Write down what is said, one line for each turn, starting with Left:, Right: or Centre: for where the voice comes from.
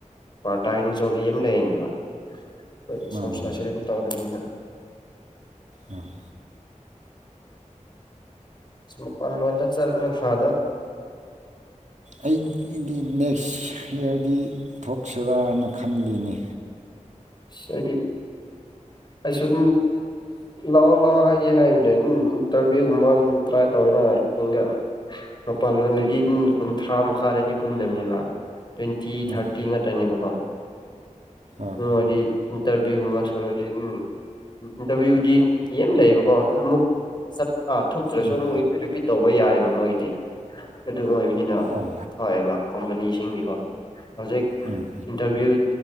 Left: ꯄꯥꯔ ꯇꯥꯏꯟ ꯖꯣꯂꯤ ꯑꯃ ꯂꯩꯔꯅꯤꯕ ꯍꯣꯏ
Right: ꯃꯥꯅꯤ
Left: ꯁꯣꯡꯁꯥꯔꯁꯤ ꯑꯗꯨꯝ ꯇꯧꯔꯕꯅꯤꯅ
Right: ꯎꯝ
Left: ꯃ ꯄꯥꯟꯗ ꯆ ꯐ
Right: ꯑꯩꯗꯤ ꯅꯦꯛꯁ ꯍꯤꯌꯔꯗꯤ ꯊꯣꯛꯁꯤꯔꯥꯅ ꯈꯟꯜꯂꯤꯅꯤ
Left: ꯁꯗꯤ ꯑꯩ ꯁ ꯑ ꯂꯥꯛꯑꯣ ꯂꯥꯛꯑꯣ ꯍꯥꯏꯒꯦ ꯍꯥꯏꯕꯅꯦ ꯅꯝ ꯏꯟꯇꯔꯚꯤꯌꯨꯒꯨꯝꯕ ꯑꯗꯨꯝ ꯇ꯭ꯔꯥꯏ ꯇꯧꯋꯤꯅ ꯍꯒ ꯃꯄꯥꯟ ꯂꯣꯟꯗꯗꯤ ꯀꯨꯟꯊ꯭ꯔꯥ ꯃꯈꯥꯗꯗꯤ ꯀꯨꯟꯗꯕꯅꯦꯕ ꯇ꯭ꯋꯦꯟꯇꯤ ꯊꯥꯔꯇꯤ
Right: ꯑꯥ
Left: ꯉꯥꯛꯇꯅꯦꯕꯀꯣ
Right: ꯑꯥ
Left: ꯋꯥꯔꯤꯗꯤ ꯏꯟꯇꯔꯚꯒꯨꯝꯕ ꯊꯂꯗꯤ ꯎꯝ ꯏꯟꯇꯔꯚꯌꯨꯗꯤ ꯌꯥꯝ ꯂꯩꯌꯦꯕꯀꯣ ꯑ ꯑꯃꯨꯛ ꯑꯥ ꯊꯣꯛꯇ꯭ꯔꯁꯨ
Right: ꯎꯝ
Left: ꯑꯃꯨꯛ ꯔꯤꯄꯤꯠ ꯔꯤꯄꯤꯠ ꯇꯧꯕ ꯌꯥꯏꯑꯕ ꯃꯣꯏꯗꯤ ꯑꯗꯨ ꯑꯣꯏꯕꯅꯤꯅ
Right: ꯑꯣ
Left: ꯍꯣꯏꯕ ꯀꯝꯄꯅꯤꯁꯤꯡꯀꯣ ꯍꯧꯖꯤꯛ
Right: ꯎꯝ
Left: ꯏꯟꯇꯔꯚꯤꯌꯨ